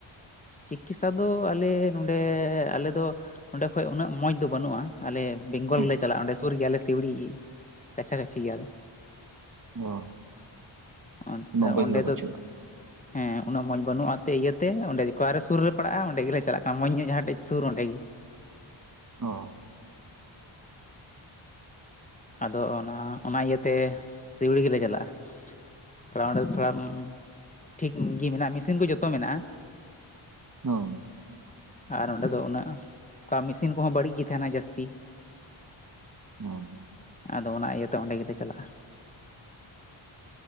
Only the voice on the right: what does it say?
ᱦᱩᱸ
ᱚ
ᱩᱱᱟᱹᱜ ᱵᱟᱹᱧ
ᱫᱚ ᱵᱟᱹᱪᱩᱜᱼᱟ᱾
ᱚ
ᱦᱚᱸ
ᱦ <inaudible>